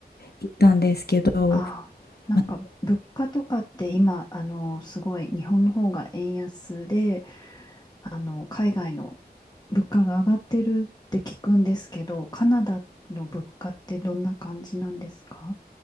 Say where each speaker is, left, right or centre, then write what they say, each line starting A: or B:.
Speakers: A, on the left; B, on the left.
A: 行ったんですけど、
B: ああ、なんか物価とかって今、
A: まあ
B: あの、すごい日本の方が円安で、あの、海外の物価が上がってるって聞くんですけど、カナダの物価ってどんな感じなんですか